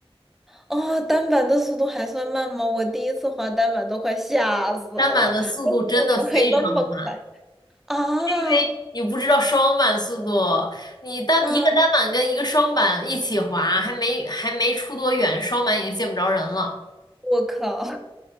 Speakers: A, in the centre; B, on the left.
A: 哦，单板的速度还算慢吗？我第一次滑单板都快吓死了，
B: 单板的速度真的非常的慢，
A: 那速度怎么可以那么快啊？
B: 因为你不知道双板速度，
A: <laughs>
B: 你单一个单板跟一个双板一起滑，
A: 嗯，
B: 还没还没出多远，双板已经见不着人了。
A: 我靠，